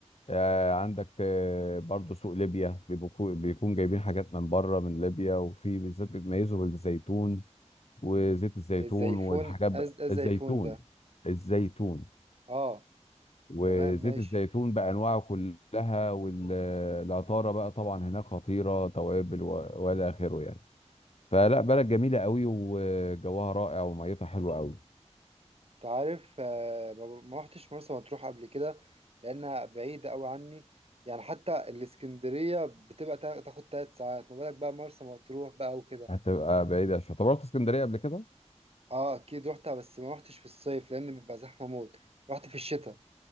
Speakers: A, on the left; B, on the right.
A: آه، عندك آه، برضو سوق ليبيا بيبقوا- بيكون جايبين حاجات من بره من ليبيا وفي بالذات بيتميزوا بالزيتون وزيت الزيتون
B: الزيفون
A: والحاجات
B: از
A: بقى-
B: الزيفون
A: الزيتون
B: ده
A: الزيتون
B: اه
A: وزيت
B: تمام ماشي
A: الزيتون بانواعه كلها والعطاره بقى طبعا هناك خطيره توابل و- والى اخره يعني فلا بلد جميله قوي وجوها رائع وميتها حلوه قوي
B: انت عارف آه، ما ما روحتش مرسى مطروح قبل كده لانها بعيدة قوي عني يعني حتى الاسكندرية بتبقى تا- تاخد تلات ساعات ما بالك بقى مرسى مطروح بقى وكده
A: هتبقى بعيده شويه طب رحت اسكندريه قبل كده
B: اه اكيد روحتها بس ما روحتش في الصيف لان بيبقى زحمة موت رحت في الشتاء